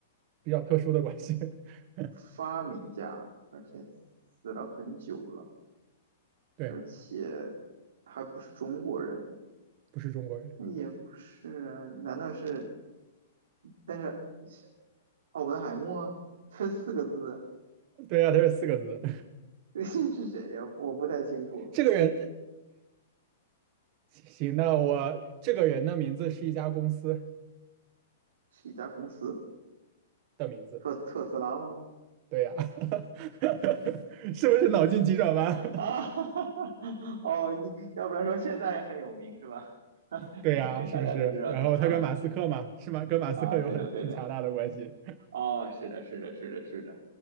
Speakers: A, on the right (about 40°); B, on the right (about 75°).
A: 比较特殊的关系。<laughs>
B: 发明家，而且死了很久了，
A: 对，
B: 而且还不是中国人，
A: 不是中国人。
B: 那也不是，
A: 对
B: 难道是？但是是奥本海默这四个字
A: 对呀、他是四个字。
B: <laughs> 是谁呀、我不太清楚，
A: <laughs> 这个人，行，那我这个人的名字是一家公司
B: 是一家公司，
A: 的名字，
B: 特特斯拉吗？
A: 对呀、<laughs> 是不是脑筋急转弯？<laughs>
B: 啊，<laughs> 哦，你要不然说现在很有名是吧？<laughs>
A: 对呀、
B: 因为大家都知道他啊，
A: 是不是？然后他跟马斯克嘛，
B: 是的
A: 是吗？跟马斯克有很很强大的关系。
B: 啊，对的对的，哦，是的是的是的是的